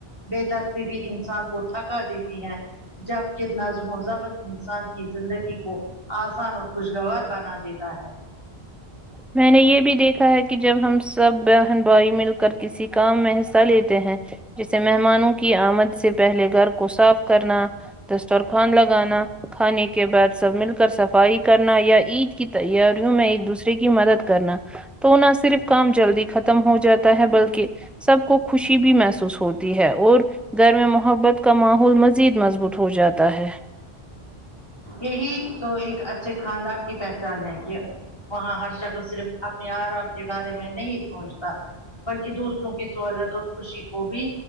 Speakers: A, on the left; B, in the centre.
A: بے درتی بھی انسان کو تھکا دیتی ہے جبکہ نظم و ضبط انسان کی زندگی کو آسان اور خوشگوار بنا دیتا ہے
B: میں نے یہ بھی دیکھا ہے کہ جب ہم سب بہن بھائی مل کر کسی کام میں حصہ لیتے ہیں جیسے مہمانوں کی آمد سے پہلے گھر کو صاف کرنا دستر خوان لگانا کھانے کے بعد سب مل کر صفائی کرنا یا عید کی تیاریوں میں ایک دوسرے کی مدد کرنا تو نہ صرف کام جلدی ختم ہو جاتا ہے بلکہ سب کو خوشی بھی محسوس ہوتی ہے اور گھر میں محبت کا ماحول مزید مضبوط ہو جاتا ہے
A: یہی تو ایک اچھے خاندان کی پہچان ہے کہ وہاں ہر شکل صرف اپنے آرام کے بارے میں نہیں سوچتا بلکہ دوسروں کی سہولت اور خوشی کو بھی